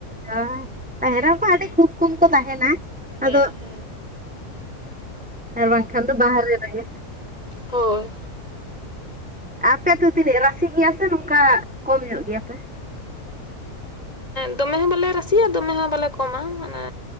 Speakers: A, in the centre; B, on the left.
A: ᱦᱳᱭ ᱛᱟᱦᱮᱱ ᱨᱮᱦᱚᱸ ᱠᱚ ᱟᱹᱰᱤ ᱠᱷᱩᱵ ᱠᱚᱢ ᱠᱚ ᱛᱟᱦᱮᱱᱟ
B: ᱦᱮᱸ
A: ᱟᱫᱚ
B: ᱦᱮᱸ
A: ᱟᱨ ᱵᱟᱝ ᱠᱷᱟᱱ ᱫᱚ ᱵᱟᱨᱦᱮᱨ ᱨᱮᱜᱮ ᱾
B: ᱦᱳᱭ᱾
A: ᱟᱯᱮ ᱛᱚ ᱛᱤᱱᱟᱹᱜ ᱨᱟᱥᱤ ᱜᱮᱭᱟ ᱥᱮ ᱱᱚᱝᱠᱟ ᱠᱚᱢ ᱧᱚᱜ ᱜᱮᱭᱟᱯᱮ?
B: ᱫᱚᱢᱮ ᱦᱚᱸ ᱵᱟᱞᱮ ᱨᱟᱥᱤᱭᱟ ᱫᱚᱢᱮ ᱦᱚᱸ ᱵᱟᱞᱮ ᱠᱚᱢᱟ ᱢᱟᱱᱮ